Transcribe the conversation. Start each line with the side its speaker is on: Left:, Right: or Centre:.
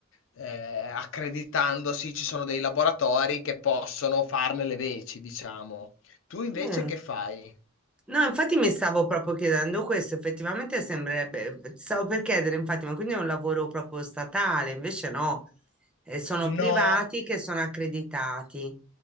Left: eh, accreditandosi ci sono dei laboratori che possono farne le veci, diciamo. Tu invece
Centre: Eh.
Left: che fai?
Centre: No, infatti mi stavo proprio chiedendo questo, effettivamente sembrerebbe, stavo per chiedere, infatti, ma quindi è un lavoro proprio statale, invece no, Eh, sono privati
Left: No,
Centre: che sono accreditati,